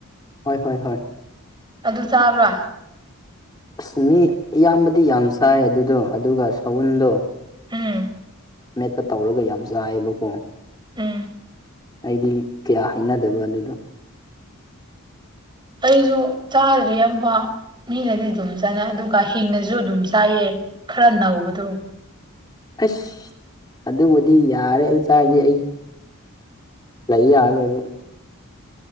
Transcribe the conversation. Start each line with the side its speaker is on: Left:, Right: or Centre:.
Left: ꯍꯣꯏ ꯍꯣꯏ ꯍꯣꯏ
Right: ꯑꯗꯨ ꯆꯥꯕ꯭ꯔꯥ
Left: ꯑꯁ ꯃꯤ ꯑꯌꯥꯝꯕꯗꯤ ꯌꯥꯝ ꯆꯥꯏ ꯑꯗꯨꯗꯣ ꯑꯗꯨꯒ ꯁꯎꯟꯗꯣ
Right: ꯎꯝ
Left: ꯃꯦꯠꯄ ꯇꯧꯔꯒ ꯌꯥꯝ ꯆꯥꯏꯕꯀꯣ
Right: ꯎꯝ
Left: ꯑꯩꯗꯤ ꯀꯌꯥ ꯍꯥꯏꯅꯗꯕ ꯑꯗꯨꯗꯣ
Right: ꯑꯩꯖꯨ ꯆꯥꯗ꯭ꯔꯔꯤ ꯑꯃꯝꯕ ꯃꯤꯅꯗꯤ ꯑꯗꯨꯝ ꯆꯠꯅꯩ ꯑꯗꯨꯒ ꯍꯤꯡꯅꯁꯨ ꯑꯗꯨꯝ ꯆꯥꯏꯌꯦ ꯈꯔ ꯅꯧꯕꯗꯨ
Left: ꯑꯁ ꯑꯗꯨꯕꯨꯗꯤ ꯌꯥꯔꯦ ꯑꯩ ꯆꯥꯔꯒꯦ ꯑꯩ ꯂꯩ ꯌꯔꯔꯣꯏꯕꯨ